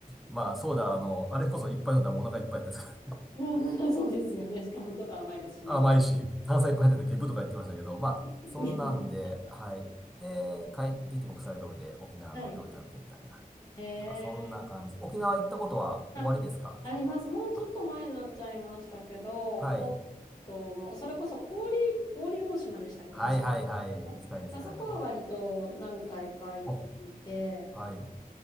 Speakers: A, in the centre; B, on the left.
A: まあ、そうだ、あの、あれこそいっぱい飲んだらもうお腹いっぱいやったですか
B: うんそうですよね。しかもちょっと甘いですしね。
A: ら。<laughs> 甘いし、炭酸いっぱい入ってるんでゲブとか言ってましたけど、まあ、
B: <laughs>
A: そんなんで、はい。で、帰ってきて国際通りで沖縄の料理食べてみたいな。
B: はい。へ
A: なんかそんな感じです。
B: え。
A: 沖縄行ったことは終わりですかさんは。
B: あ、あります。もうちょっと前になっちゃいましたけど、
A: あ、はい。
B: 本島も、それこそ氷、氷大島でしたっけ、
A: はいはいはい。
B: 橋渡り
A: 行きたいですね、
B: あそこは割と何回か行っていて、
A: あれも。お、はい。